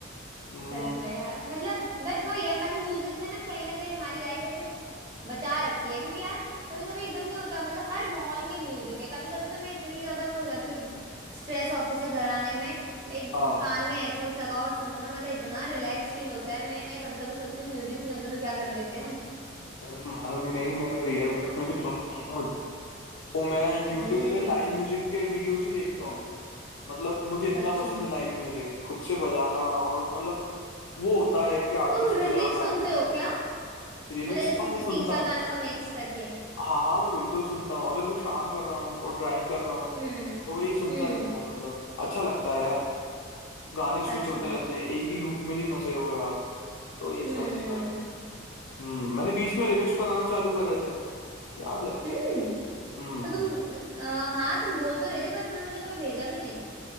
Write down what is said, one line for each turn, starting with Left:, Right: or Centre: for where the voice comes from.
Left: हम्म,
Right: सच में यार मतलब बट वो ये मतलब म्यूजिक ने ना कहीं ना कहीं हमारी लाइफ ऐसे बचा रखी है क्योंकि यार कभी कभी एकदम नहीं होता मतलब हर माहौल के म्यूजिक है कभी कभी तो मैं इतनी ज्यादा वो हो जाती हूँ स्ट्रेस ऑफिस से घर आने में मैं एक-
Left: हाँ
Right: कान में एयरफोन्स लगाओ और सुनो ना मतलब इतना रिलैक्स फील होता है मैं कभी कभी सोचती हूँ म्यूजिक नहीं होता तो क्या कर लेते हैं हम
Left: यार तुम मानोगे नहीं मैं अगर ईयरबड्स में भी सुन रहा हूँ ना कुछ तो मैं यूट्यूब
Right: हम्म
Left: पे लाइव म्यूजिक के वीडियोस ही देखता हूँ मतलब मुझे इतना
Right: सच
Left: पसंद
Right: में
Left: है लाइव म्यूजिक खुद से बजाना और मतलब वो होता है कि आर्टिस्ट
Right: तुम रिमिक्स
Left: बजा रहा
Right: सुनते
Left: है
Right: हो क्या
Left: रिमिक्स
Right: मतलब जैसे
Left: हाँ मैं
Right: तीन
Left: सुनता
Right: चार गानों
Left: हूँ
Right: का मिक्स करके
Left: हाँ हाँ मैं बिल्कुल सुनता हूँ अगर कुछ काम कर रहा हूँ और ड्राइव कर रहा हूँ
Right: हम्म
Left: तो वही सुनता
Right: हम्म
Left: रहता हूँ मतलब अच्छा लगता है यार गाने स्विच
Right: सच
Left: होते
Right: में
Left: रहते हैं एक ही लूप में नहीं फंसे हुए आप तो ये अच्छा
Right: हम्म
Left: लगता है हम्म मैंने बीच में रिमिक्स पर आना चालू करे थे याद है
Right: हम्म
Left: हम्म
Right: तो तुम अ, हाँ तुम बोल तो रहे थे पर तुमने मुझे कभी भेजा भी नहीं